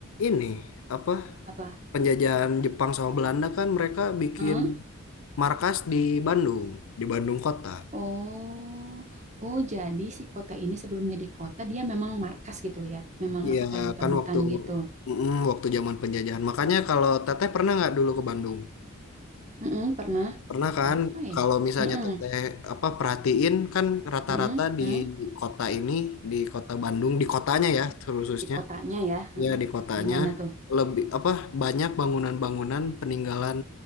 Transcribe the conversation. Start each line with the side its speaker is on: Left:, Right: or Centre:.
Left: ini apa
Right: apa?
Left: penjajahan Jepang sama Belanda kan mereka bikin
Right: Heeh.
Left: markas di Bandung, di Bandung kota.
Right: Oh. Oh, jadi si kota ini sebelum jadi kota dia memang markas gitu ya. Memang
Left: Iya
Right: apa kayak hutan-hutan
Left: kan waktu
Right: gitu.
Left: mm, waktu zaman penjajahan. Makanya kalau Teteh pernah nggak dulu ke Bandung?
Right: Mm-mm, pernah
Left: Pernah kan?
Right: apa ya?
Left: Kalau misalnya
Right: Mm-mm,
Left: Teteh apa perhatiin kan rata-rata
Right: mm-mm,
Left: di
Right: mm.
Left: kota ini, di kota Bandung, di kotanya ya terus
Right: Di kotanya ya. Heeh.
Left: ya di kotanya
Right: Gimana tuh?
Left: lebih apa banyak bangunan-bangunan peninggalan